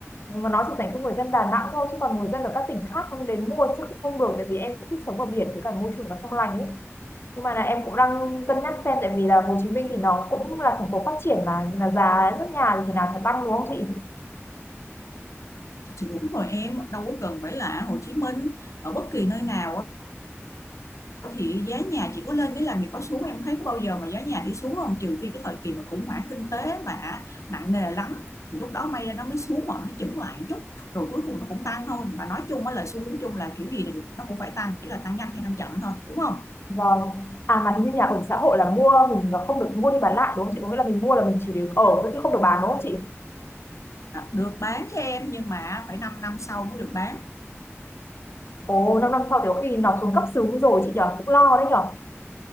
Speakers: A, on the left; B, on the left.
A: mà nó chỉ dành cho người dân Đà Nẵng thôi chứ còn người dân ở các tỉnh khác không đến mua chứ cũng không được tại vì em cũng thích sống ở biển với cả môi trường nó trong lành ấy. nhưng mà là em cũng đang cân nhắc xem tại vì là Hồ Chí Minh thì nó cũng là thành phố phát triển mà là giá nước nhà thì thế nào chả tăng đúng không chị
B: thì đúng rồi em đâu có cần phải là ở Hồ Chí Minh ở bất kỳ nơi nào á, thì giá nhà chỉ có lên để làm gì có xuống em thấy có bao giờ mà giá nhà đi xuống không trừ phi cái thời kỳ mà khủng hoảng kinh tế mà nặng nề lắm thì lúc đó may ra nó mới xuống hoặc nó chững lại một chút rồi cuối cùng nó cũng tăng thôi mà nói chung á lời xu hướng chung là kiểu gì thì nó cũng phải tăng chỉ là tăng nhanh hay tăng chậm thôi đúng không
A: vâng à mà hình như nhà ở xã hội là mua mình là không được mua đi bán lại đúng không chị có nghĩa là mình mua là mình chỉ được ở thôi chứ không được bán đúng không chị
B: à, được bán cho em nhưng mà phải 5 năm sau mới được bán
A: ồ năm năm sau thì có khi nó xuống cấp xứ rồi chị nhở cũng lo đấy nhở